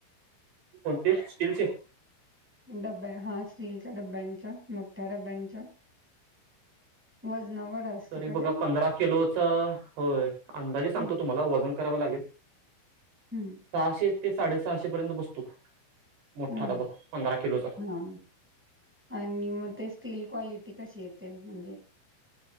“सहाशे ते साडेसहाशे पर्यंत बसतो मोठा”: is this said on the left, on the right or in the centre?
Right